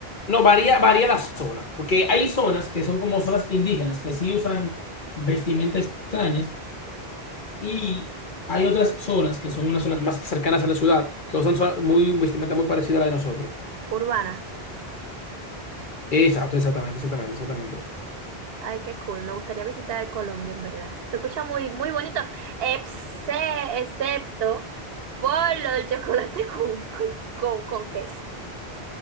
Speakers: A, on the left; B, on the right.
A: no, varía, varía la zona, porque hay zonas que son como zonas indígenas, que sí usan vestimentas extrañas, y hay otras zonas que son unas zonas más cercanas a la ciudad, que usan so- muy, vestimenta muy parecida a la de nosotros.
B: urbana.
A: Exacto, exactamente, exactamente, exactamente.
B: Ay, qué cool. Me gustaría visitar Colombia, en verdad. Se escucha muy, muy bonito, exce- excepto por lo del chocolate <laughs> con, con, con, con queso.